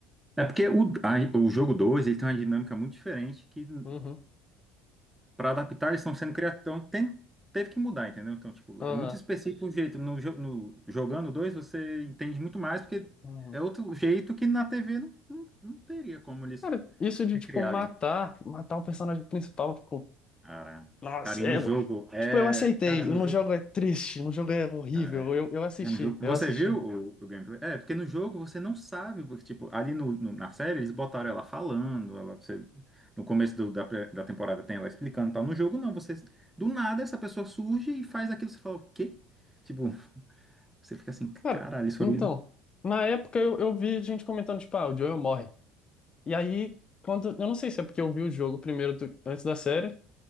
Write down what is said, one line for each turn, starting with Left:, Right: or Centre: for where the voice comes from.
Centre: É porque o, a- o jogo 2 ele tem uma dinâmica muito diferente que,
Left: Uhum.
Centre: para adaptar, eles estão sendo criativos, então tem- teve que mudar, entendeu? Então, tipo,
Left: Aham.
Centre: é muito específico o jeito. No, jo- no, jogando 2 você entende muito mais, porque
Left: aham.
Centre: é outro jeito que na TV não, não, não teria como eles
Left: Cara, isso de,
Centre: recriarem.
Left: tipo, matar, matar o personagem principal, tipo,
Centre: Cara,
Left: nossa,
Centre: cara, e no
Left: é.
Centre: jogo é,
Left: Tipo, eu aceitei.
Centre: cara, no
Left: No
Centre: jogo,
Left: jogo é triste, no jogo é horrível.
Centre: cara,
Left: Eu, eu assisti,
Centre: é no jogo.
Left: eu
Centre: Você
Left: assisti.
Centre: viu o, o gameplay? É, porque no jogo você não sabe, porque tipo, ali no, no- na série eles botaram ela falando, ela você- no começo do- da, pre- da temporada tem ela explicando, e tal. No jogo não, você do nada essa pessoa surge e faz aquilo, você fala, o quê? Tipo, você fica assim,
Left: Cara,
Centre: caralho, isso foi,
Left: então, na época eu, eu vi gente comentando, tipo, ah, o Joel morre. E aí, quando. Eu não sei se é porque eu vi o jogo primeiro do- antes da série,